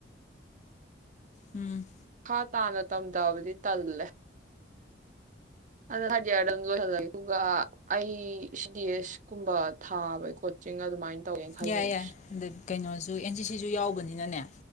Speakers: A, on the left (about 40°); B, on the right (about 45°).
A: ꯎꯝ
B: ꯃꯈꯥ ꯇꯥꯅ ꯇꯝꯊꯕꯗꯤ ꯇꯜꯂꯦ ꯑꯗꯨꯗ <unintelligible> ꯑꯗꯨꯝ ꯂꯣꯏꯍꯜꯂꯒꯦ ꯑꯗꯨꯒ ꯑꯩ ꯁꯤ ꯗꯤ ꯑꯦꯁ ꯀꯨꯝꯕ ꯊꯥꯕ ꯀꯣꯆꯤꯡ ꯑꯗꯨꯃꯥꯏꯅ ꯇꯧꯒꯦꯅ ꯈꯜꯂꯤ
A: ꯌꯥꯏ
B: ꯃꯤꯁ
A: ꯌꯥꯏ ꯀꯩꯅꯣꯁꯨ ꯁ ꯑꯦꯟ ꯁꯤ ꯁꯤꯁꯨ ꯌꯥꯎꯕꯅꯤꯅꯅꯦ